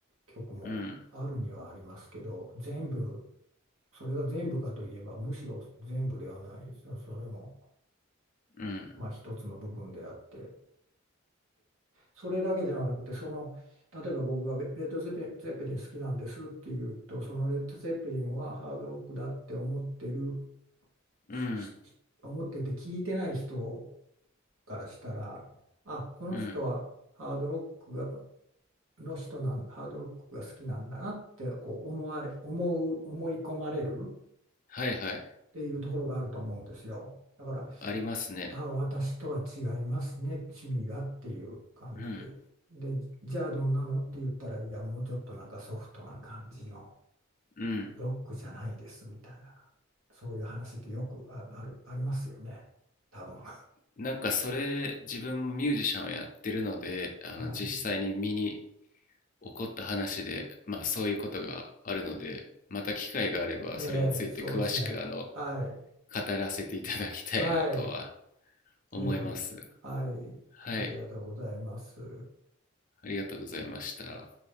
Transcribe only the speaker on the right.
曲もあるにはありますけど、
全部、それが全部かといえば、むしろ全部ではない、そそれも、
まあ、一つの部分であって、それだけじゃなくてその例えば僕がレレッド・ゼペ、ゼッペリン好きなんですって言うとそのレッド・ゼッペリンはハードロックだって思ってる
しし思ってて聞いてない人からしたらあこの人はハードロックが
の人なんハードロックが好きなんだなってこう思われ思う思い込まれるっ
ていうところがあると思うんですよ。だから
あ、私とは違いますね、趣味がっていう感じで。
で、じゃあどんなのって言ったら、いや、もうちょっとなんかソフトな感じの
ロックじゃないですみたいな、そういう話ってよくあ、ある、ありますよね、多分。<laughs>
はい。
えーそうですね。
はい。
はい。
ぜひ。はい。
ありがとうございます。